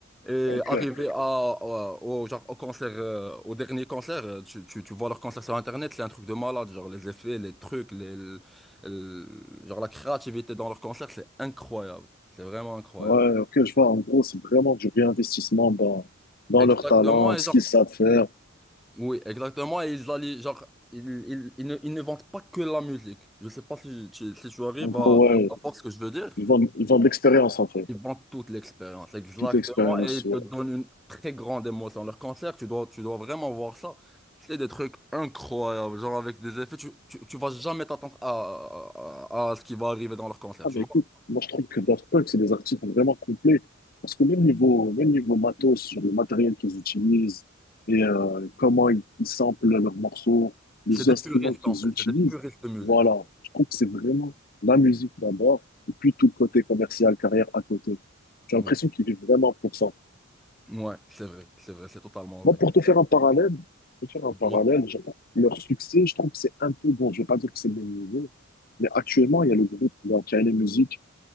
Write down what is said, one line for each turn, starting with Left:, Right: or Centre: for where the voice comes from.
Centre: Et
Left: ok.
Centre: arrivé à, à- au, genre, au concert, euh, au dernier concert, euh, tu, tu, tu vois leur concert sur Internet, c'est un truc de malade. Genre, les effets, les trucs, les, le- le- genre, la créativité dans leur concert, c'est incroyable. C'est vraiment incroyable.
Left: Ouais, ok, je vois. En gros, c'est vraiment du réinvestissement dans, dans
Centre: Exactement.
Left: leur talent,
Centre: Et
Left: ce
Centre: genre,
Left: qu'ils savent faire.
Centre: Oui, exactement. Et Ils allaient, genre, ils, ils- ils ne, ils ne vendent pas que la musique. Je sais pas si tu, si tu arrives
Left: En gros,
Centre: à,
Left: ouais,
Centre: à voir ce que je veux dire.
Left: ils vendent, ils vendent l'expérience, en fait.
Centre: Ils vendent toute l'expérience, exactement.
Left: Toute expérience,
Centre: Et ils
Left: ouais.
Centre: te donnent une très grande émotion. Leur concert, tu dois, tu dois vraiment voir ça. C'est des trucs incroyables, genre avec des effets. Tu, tu, tu vas jamais t'attendre à, à, à ce qui va arriver dans leur concert,
Left: Ah,
Centre: tu
Left: mais
Centre: vois.
Left: écoute, moi, je trouve que Daft Punk, c'est des artistes vraiment complets. Parce que même niveau, même niveau matos, sur le matériel qu'ils utilisent et euh, comment ils, ils samplent leurs morceaux, les
Centre: C'est des
Left: instruments
Centre: puristes,
Left: qu'ils
Centre: en fait.
Left: utilisent,
Centre: C'est des puristes de musique.
Left: voilà. Je trouve que c'est vraiment la musique d'abord, et puis tout le côté commercial, carrière à côté. J'ai
Centre: Ouais,
Left: l'impression qu'ils vivent vraiment pour ça.
Centre: Ouais, c'est vrai, c'est vrai, c'est totalement vrai.
Left: Moi, pour te faire un parallèle, pour te faire un parallèle,
Centre: Moi,
Left: je- leur succès, je trouve que c'est un peu bon. Je ne vais pas dire que c'est le même niveau, mais actuellement, il y a le groupe là, qui a les musiques